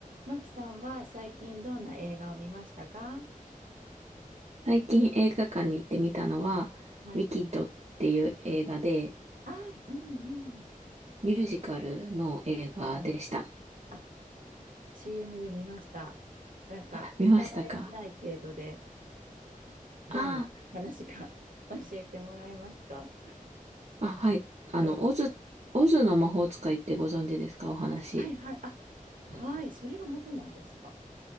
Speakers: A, on the right; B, on the right.
A: マキさんは最近どんな映画を見ましたか
B: 最近映画館に行ってみたのは、
A: はい。
B: ウィキッドっていう映画で、
A: あ、うんうん。
B: ミュージカルの映画でした。
A: はい。あ、CM で見ました。なんか、
B: あ、
A: ネタバレしない程度で、
B: 見ましたか
A: どんな話か
B: あ
A: <laughs> 教えてもらえますか
B: あ、あ、はい。あの、
A: 軽く。
B: オズ、オズの魔法使いってご存知ですかお話。
A: あ、はいはい。あ、はい。それが元なんですか。